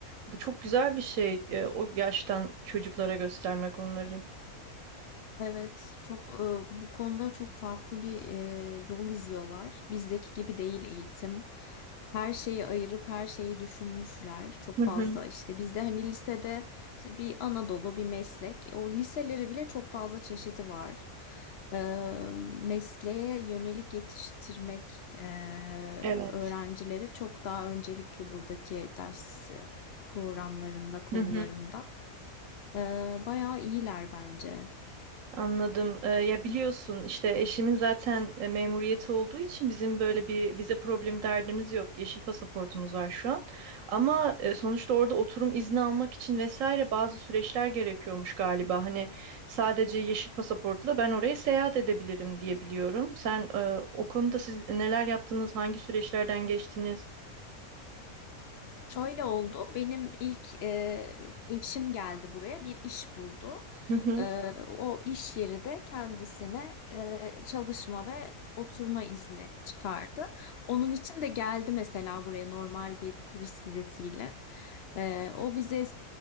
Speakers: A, on the right (about 65°); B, on the left (about 65°).
A: Bu çok güzel bir şey. ee, o yaştan çocuklara göstermek onları.
B: Evet, çok e, bu konuda çok farklı bir e, yol izliyorlar. Bizdeki gibi değil eğitim. Her şeyi ayırıp her şeyi düşünmüşler. Çok
A: Hı
B: fazla
A: hı.
B: işte bizde hani lisede işte bir Anadolu bir meslek. O liseleri bile çok fazla çeşidi var. E, mesleğe yönelik yetiştirmek e,
A: Evet.
B: öğrencileri çok daha öncelikli buradaki ders e, programlarında, konularında.
A: Hı hı.
B: E, bayağı iyiler bence.
A: Anladım. Ee, ya biliyorsun işte eşimin zaten e, memuriyeti olduğu için bizim böyle bir vize problemi derdimiz yok. Yeşil pasaportumuz var şu an. Ama e, sonuçta orada oturum izni almak için vesaire bazı süreçler gerekiyormuş galiba. Hani sadece yeşil pasaportla ben oraya seyahat edebilirim diye biliyorum. Sen e, o konuda siz neler yaptınız? Hangi süreçlerden geçtiniz?
B: Şöyle oldu. Benim ilk e, işim geldi buraya. Bir iş buldu.
A: Hı hı.
B: E, o iş yeri de kendisine e, çalışma ve oturma izni çıkardı. Onun için de geldi mesela buraya normal bir turist vizesiyle. E, o vize